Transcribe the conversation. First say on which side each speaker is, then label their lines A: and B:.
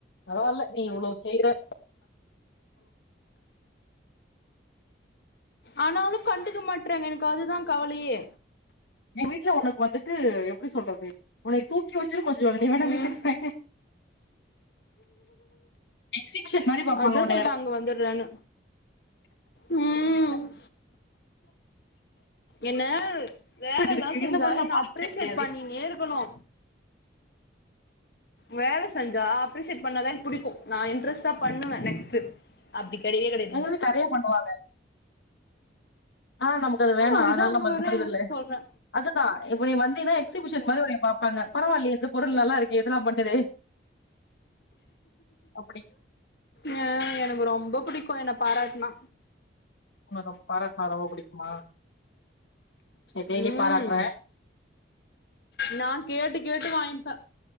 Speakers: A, on the left; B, on the left.
A: பரவால நீ இவ்ளோ செய்ற <inaudible>
B: ஆனாலு கண்டுக்க மாட்றாங்க எனக்கு அதுதா கவலையே
A: என் வீட்ல உனக்கு வந்துட்டு எப்டி சொல்றது உன்னைய தூக்கி வச்சுனு கொஞ்சு வாங்க நீ வேணா
B: ம்
A: வீட்டுக்கு வாயே எக்ஸிபிஷன் மாரி பாப்பாங்க
B: அதா
A: உன்னைய
B: சொல்ற அங்க வந்துர்றன்னு ம் என்ன வேலல்லா
A: இருக்கு
B: செஞ்சா
A: இந்த மாரி நா
B: என்ன
A: பாத்ததே
B: அப்ரிசியேட்
A: கெடையாது
B: பண்ணினே இருக்கணு வேல செஞ்சா அப்ரிசியேட் பண்ணாதா எனக் புடிக்கு நா இன்ட்ரெஸ்ட்டா பண்ணுவ நெக்ஸ்ட்டு அப்டி கெடயவே கெடயாது
A: எங்க
B: இங்க
A: வீட்ல நெறைய பண்ணுவாங்க ஆ நமக்கு அது வேணா
B: அதுதா
A: அதனால
B: அங்க
A: நம்ம அது
B: வரே
A: பண்றது இல்ல
B: சொல்றே
A: அதுதா இப்ப நீ வந்தின்னா எக்சிபிஷன் மாரி உன்னய பாப்பாங்க பரவாயில்லயே இந்த பொருள் நல்லா இருக்கு இதல்லாம் பண்ணுதே அப்படி
B: ஆ எனக்கு ரொம்ப புடிக்கும் என்ன பாராட்னா
A: உங்கள பாராட்னா ரொம்ப புடிக்குமா சரி டெய்லி
B: ம்
A: பாராட்றே
B: நா கேட்டு கேட்டு வாய்ங்ப்ப